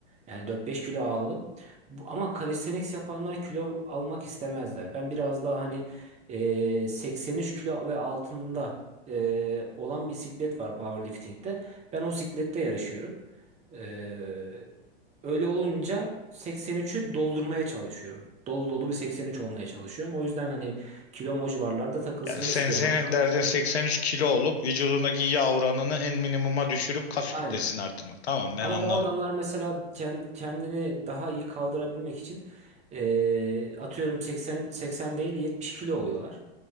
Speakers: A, on the right; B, on the left.
A: yani 4-5 kilo aldım. Bu, ama calisthenics yapanlar kilo almak istemezler. Ben biraz daha hani e, 83 kilo ve altında e, olan bisiklet var powerlifting'de. Ben o siklette yarışıyorum. E, öyle olunca 83'ü doldurmaya çalışıyorum. Dolu dolu bir 83 olmaya çalışıyorum. O yüzden hani kilom o civarlarda takılsın
B: Yani sen
A: istiyorum.
B: senin
A: Hatta
B: derdin 83 kilo olup vücudundaki yağ oranını en minimuma düşürüp kas
A: aynen
B: kütlesini arttırmak. Tamam ben
A: Ama
B: anladım.
A: o adamlar mesela ken- kendini daha iyi kaldırabilmek için eee, atıyorum 80 80 değil 70 kilo oluyorlar.